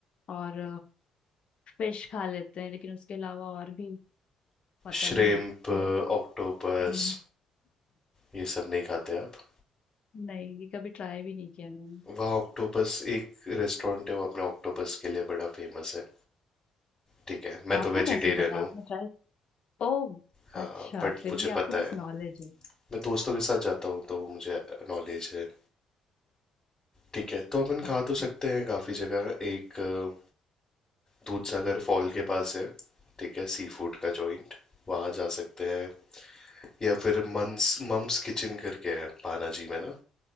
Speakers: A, on the left (about 50°); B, on the left (about 25°).
A: और फिश खा लेते हैं लेकिन उसके अलावा और भी पता
B: श्रिम्प
A: नहीं वो
B: ऑक्टोपस
A: नहीं
B: ये सब नहीं खाते आप
A: नहीं ये कभी ट्राई भी नहीं किया मैंने
B: वहाँ ऑक्टोपस एक रेस्टोरेंट है वो अपने ऑक्टोपस के लिए बड़ा फेमस है ठीक है मैं
A: आपको
B: तो वेजिटेरियन
A: कैसे पता
B: हूँ
A: आपने ट्राई ओ
B: हाँ
A: अच्छा
B: बट
A: फिर
B: मुझे
A: भी आपको
B: पता
A: बस
B: है
A: नॉलेज है
B: मैं दोस्तों के साथ जाता हूँ तो मुझे नॉलेज है ठीक है तो अपन
A: अच्छा
B: खा तो सकते हैं काफ़ी जगह एक अ, दूध सागर फॉल के पास है ठीक है सी फूड का जॉइंट वहाँ जा सकते हैं या फिर मंस मम्स किचन करके है पानाजी में ना